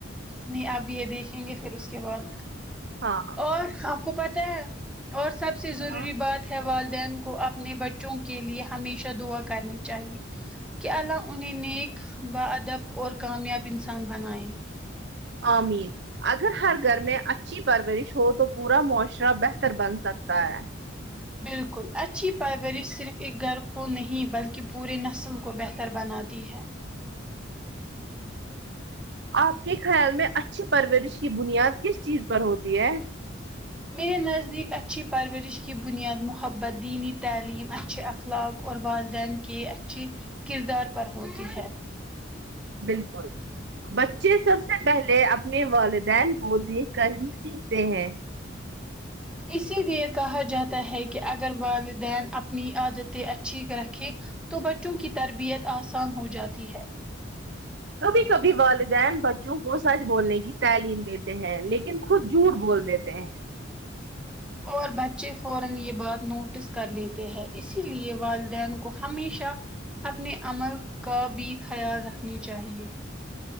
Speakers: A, in the centre; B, on the right.
A: نہیں اب یہ دیکھیں گے پھر اس کے بعد
B: ہاں
A: اور آپ کو پتہ ہے اور سب سے ضروری
B: ہاں
A: بات والدین کو اپنے بچوں کے لیے ہمیشہ دعا کرنی چاہیے کہ اللہ انہیں نیک با ادب اور کامیاب انسان بنائے
B: آمین اگر ہر گھر میں اچھی پرورش ہو تو پورا معاشرہ بہتر بن سکتا ہے
A: بالکل اچھی پروریش صرف ایک گھر کو نہیں بلکہ پورے نسل کو بہتر بناتی ہے
B: آپ کے خیال میں اچھا اچھی پرورش کی بنیاد کس چیز پر ہوتی ہے
A: میرے نزدیک اچھی پرورش کی بنیاد محبت دینی تعلیم اچھے اخلاق اور والدین کے اچھی کردار پر ہوتی ہے
B: بالکل بچے سب سے پہلے اب اپنے والدین کو دیکھ کر ہی سیکھتے ہیں
A: اسی لیے کہا جاتا ہے کہ اگر والدین اپنی عادتیں اچھی رکھیں تو بچوں کی تربیت آسان ہو جاتی ہے
B: کبھی کبھی والدین بچوں کو سچ بولنے کی تعلیم دیتے ہیں لیکن خود جھوٹ بول دیتے ہیں
A: اور بچے فورا یہ بات نوٹس کر لیتے ہیں اسی لیے والدین کو ہمیشہ اپنے عمل کا بھی خیال رکھنی چاہیے